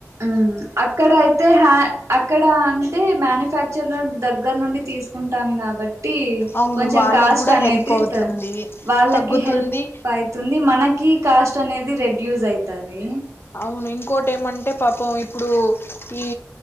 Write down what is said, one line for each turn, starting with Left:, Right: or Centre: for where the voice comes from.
Right: మ్మ్ అక్కడ అయితే హ్య ఇక్కడ అంటే మ్యానుఫ్యాక్చర్ దగ్గర నుండి తీసుకుంటాం కాబ టి
Left: అవును
Right: కొంచెం
Left: వాళ్ళకు
Right: కాస్ట్
Left: కూడా
Right: అనేటి
Left: హెల్ప్ అవుతుంది
Right: వాళ్ళకి
Left: తగ్గుతుంది
Right: హెల్ప్ అవుతుంది మన కి కాస్ట్ అనేది రెడ్యాస్ అయితది
Left: అవును ఇంకోటి ఏమంటే పాపం ఇప్పుడు ఈ